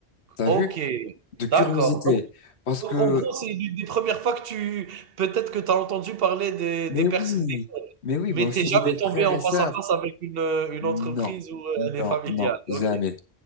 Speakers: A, on the left (about 80°); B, on the right (about 65°).
A: T'as
B: Ok,
A: vu? De
B: d'accord.
A: curiosité.
B: Donc,
A: Parce
B: donc,
A: que,
B: en gros, c'est l'une des premières fois que tu, peut-être que tu as entendu parler des,
A: mais
B: des personnes,
A: oui,
B: des-
A: mais oui,
B: mais
A: moi aussi
B: t'es jamais
A: j'ai des
B: tombé
A: frères
B: en
A: et
B: face
A: sœurs.
B: à face avec une, euh, une
A: Non,
B: entreprise où euh,
A: non,
B: elle est familiale.
A: non, jamais.
B: Ok.